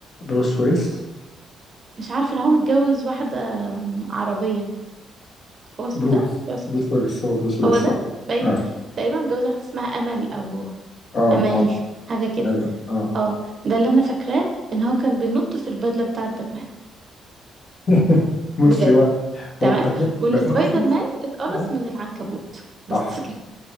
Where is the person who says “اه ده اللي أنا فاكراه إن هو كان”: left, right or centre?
Right